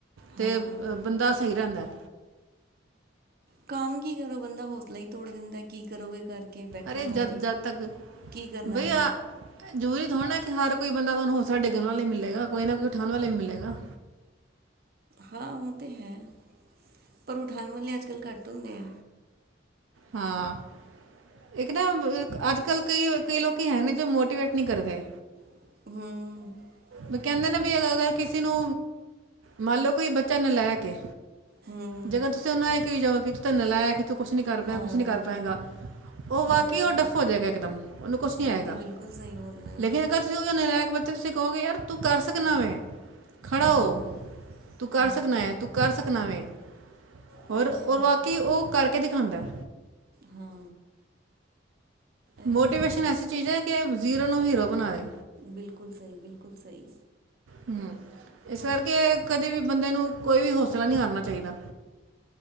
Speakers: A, on the right; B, on the right.
A: ਤੇ
B: ਹਾਂ
A: ਬੰਦਾ ਸਹੀ ਰਹਿੰਦਾ
B: ਕੰਮ ਕੀ ਕਰੋ ਬੰਦਾ ਹੌਸਲਾ ਹੀ ਤੋੜ ਦਿੰਦਾ ਕੀ ਕਰੋਗੇ ਕਰਕੇ ਬੈਠੋ
A: ਅਰੇ
B: ਘਰ
A: ਜਦ,
B: ਹੀ
A: ਜਦ ਤੱਕ
B: ਕੀ ਕਰਨਾ
A: ਬਈ
B: ਵੇ
A: ਆ ਜ਼ਰੂਰੀ ਥੋੜ ਨਾ ਕਿ ਹਰ ਕੋਈ ਬੰਦਾ ਤੁਹਾਨੂੰ ਹੌਸਲਾ ਡਿੱਗਣ ਵਾਲਾ ਵੀ ਮਿਲੇਗਾ ਕੋਈ ਨਾ ਕੋਈ ਉਠਾਉਣ ਵਾਲਾ ਵੀ ਮਿਲੇਗਾ।
B: ਹਾਂ ਓ ਤੇ ਹੈ। ਪਰ ਉਠਾਉਣ ਵਾਲੇ ਅੱਜ ਕੱਲ੍ਹ ਘੱਟ ਹੁੰਦੇਐ।
A: ਹਾਂ, ਇੱਕ ਨਾ ਅੱਜ ਕੱਲ੍ਹ ਕਈ, ਕਈ ਲੋਕ ਹੈ ਨੇਂ ਜੋ ਮੋਟੀਵੇਟ ਨਹੀਂ ਕਰਦੇ।
B: ਹਂ
A: ਵੀ ਕਹਿੰਦੇ ਨੇ ਵੀ ਅਗਰ ਕਿਸੇ ਨੂੰ ਮੰਨ ਲਓ, ਕੋਈ ਬੱਚਾ ਨਲੈਕ ਐ
B: ਹੂੰ
A: ਜੇਕਰ ਤੁਸੀਂ ਉਹਨਾਂਏ ਕਈ ਜਾਓ। ਕਿ ਧ ਨਲਾਇਕ ਕੁਛ ਨਹੀਂ ਕਰ ਪਾਏਂਗਾ
B: ਹਾਂ
A: ਕੁਛ ਨਹੀਂ ਕਰ ਪਾਏਂਗਾ ਉਹ
B: ਹਾਂ
A: ਵਾਕਈ ਉਹ ਡੱਫ ਹੋ ਜਾਏਗਾ ਇੱਕਦਮ, ਉਹਨੂੰ ਕੁਛ ਨਹੀਂ
B: ਇਹ
A: ਆਏਗਾ
B: ਤੇ ਬਿਲਕੁਲ ਸਹੀ ਬੋਲ ਰਹੇ ਹੋ
A: ਲੇਕਿਨ ਅਗਰ ਤੁਸੀਂ ਉਹ ਨਹੀਂ ਲਹਿ ਬੱਚੇ ਨੂੰ ਸਿਖੋਗੇ ਯਾਰ ਤੂੰ ਕਰ ਸਕਨਾ ਵੈਂ। ਖੜਾ
B: ਹਾਂ
A: ਹੋ ਤੂੰ ਕਰ
B: ਹਾਂ
A: ਸਕਣਾ ਐਂ ਤੂੰ ਕਰ ਸਕਣਾ ਵੇਂ। ਹੋਰ
B: ਉਹ ਤੇ
A: ਹੋਰ
B: ਹੈ
A: ਬਾਕੀ ਉਹ ਕਰਕੇ ਦਿ ਖਾਉਂਦਾ।
B: ਹਾਂ। ਇਹ
A: ਮੋਟੀਵੇਸ਼ਨ
B: ਤੇ ਹੈ
A: ਐਸੀ ਚੀਜ਼ ਹੈ ਕਿ ਜ਼ੀਰੋ ਨੂੰ ਹੀਰੋ ਬਣਾਂਦੇ।
B: ਬਿਲਕੁਲ ਸਹੀ ਬਿਲਕੁਲ ਸਹੀ।
A: ਹਂ ਇਸ
B: ਹੁਣ
A: ਕਰਕੇ ਕਦੇ ਵੀ ਬੰਦੇ ਨੂੰ ਕੋਈ ਵੀ ਹੌਸਲਾ ਨਹੀਂ ਹਾਰਨਾ ਚਾਈਦਾ।